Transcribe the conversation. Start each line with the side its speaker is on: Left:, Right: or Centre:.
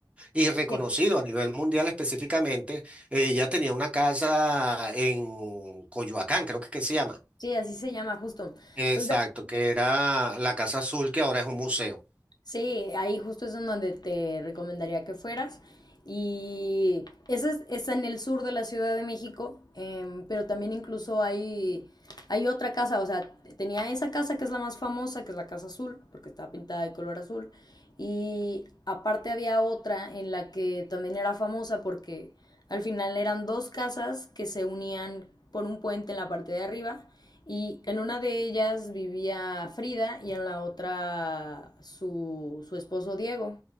Right: y reconocido
Left: sí,
Right: a nivel mundial específicamente, ella tenía una casa en Coyoacán, creo que, que se llama.
Left: sí, así se llama justo.
Right: Exacto,
Left: Pues ve-
Right: que era la Casa Azul, que ahora es un museo.
Left: Sí, ahí justo es en donde te recomendaría que fueras. Y ese es, está en el sur de la Ciudad de México, em, pero también incluso hay, hay otra casa, o sea, tenía esa casa que es la más famosa, que es la Casa Azul, porque estaba pintada de color azul. Y aparte había otra en la que también era famosa porque al final eran dos casas que se unían por un puente en la parte de arriba y en una de ellas vivía Frida y en la otra su, su esposo Diego,